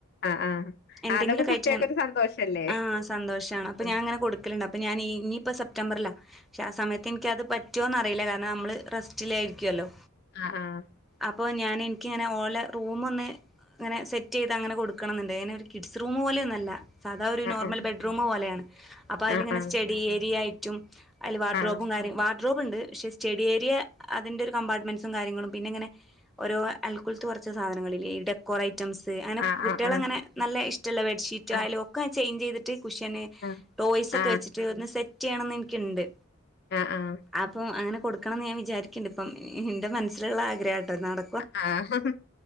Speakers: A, on the left; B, in the centre.
A: ആഹ് ആഹ്
B: എന്തെങ്കിലും
A: അതൊക്കെ
B: ഒക്കെ
A: കുട്ടികക്കൊരു
B: ആയിട്ടിങ്ങനെ
A: സന്തോഷല്ലേ
B: ആഹ് സന്തോഷാണ് അപ്പോ
A: ആഹ്
B: ഞാൻ ഇങ്ങനെ കൊടുക്ക ടുക്കല്ണ്ട് അപ്പോ ഞാന് ഇനിയിപ്പം സെ്റ്റംബറിലാ ആഹ് സമയത്ത് എനി നിക്കതു പറ്റുമോന്ന്റിയില്ല കാരണം നമ്മള് റെസ്റ്റിലാ ആയിരിക്കുമല്ലോ.
A: ആഹ് ആഹ്.
B: അപ്പോൾ ഞാൻ എനിക്കിങ്ങനെ ഓലെ റൂമ് ഒന്ന്. അങ്ങനെ സെറ്റ് ചെയ്ത് അങ്ങനെ കൊടുക്കണം എന്ന് ഉണ്ട് ഒരു കിഡ്സ്റൂം പോലെയൊന്നുമല്ല. സാധാ ഒരു നോർമൽ
A: ആഹ് ആഹ്
B: ബെഡ്റൂം പോലെയാണ് അപ്പോ അതിലങ്ങനേ
A: ആഹ് ആഹ്
B: സ്റ്റഡിഏരിയ ആയിട്ടും അതില് വാർഡ്രോബും
A: ആഹ്
B: കാര്യങ്ങ വാർഡ്രോബ് ഉണ്ട് പക്ഷേ സ്റ്റഡി ഏരിയ അതിന്റെ. ഒരു കമ്പാർട്ട്മെന്റ്സും കാര്ങ്ങളും പിന്നെ ഇങ്ങനെ. ഓരോ അൽക്കുലത്ത് കുറച്ച് സാധനങ്ങളില്ലേ ഇവിടെ കുറേ ഐറ്റംസ് അങ്ങനെ
A: ആഹ്
B: കുട്ടികള്
A: ആഹ്
B: അങ്ങനെ നല്ല ഇഷ്ടമുള്ള ബെഡ്ഷീറ്റയാലും
A: ആഹ്
B: ഒക്കെ ചേഞ്ച് ചെയ്തിട്ട് കുഷ്യന്.
A: ആഹ്
B: ടോയ്സ്
A: ആഹ്
B: ഒക്കെ വെച്ചിട്ട് ഒന്ന് സെറ്റ് ചെയ്യണന്ന് എനക്കുണ്ട്.
A: ആഹ് ആഹ്.
B: അപ്പം അങ്ങനെ കൊടുക്കണം എന്ന് ഞാൻ വിചാരിക്കുന്നുണ്ട് ഇപ്പം എന്റെ മനസ്സിലുള്ള ആഗ്രഹാട്ടോ നട
A: ആഹ്